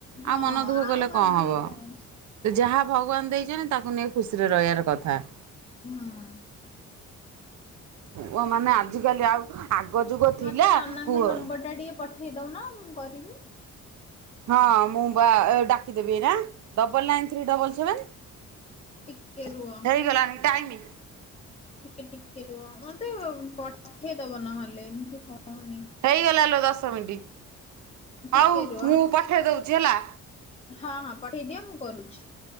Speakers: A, on the left; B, on the right.
A: ହଁ
B: ଆଉ ମନ ଦୁଃଖ
A: ଆଉ
B: କଲେ
A: ଭାବିକି
B: କଣ ହବ।
A: ଅଛି
B: ଯାହା ଭଗବାନ ଦେଇଛନ୍ତି ତାକୁ ନେଇ ଖୁସିରେ ରହିବାର କଥା।
A: ହୁଁ।
B: ପୁଅ ମାନେ ଆଜିକାଲି ଆଉ ଆଗ ଯୁଗ
A: ମତେ
B: ଥିଲା
A: ନନାଙ୍କ
B: ପୁଅ
A: ନମ୍ବର ଟା ଟିକେ ପଠେଇ ଦଉ ନା ମୁଁ କରିବି
B: ହଁ ମୁଁ ଡାକିଦେବି ନା double nine three double seven
A: ଟିକେ ରୁହ।
B: ହେଇଗଲାଣି ଟାଇମ
A: ଟିକେ ଟିକେ ରୁହ ମତେ ପଠେଇଦବ ନହେଲେ ଏମତି ହଉନି।
B: ହେଇଗଲା ଲୋ ଦଶ ମିନିଟ୍
A: ଟିକେ
B: ହଉ
A: ରୁହ
B: ମୁଁ ପଠେଇ ଦଉଛି ହେଲା।
A: ହଁ ହଁ ପଠେଇଦିଅ ମୁଁ କରୁଛି।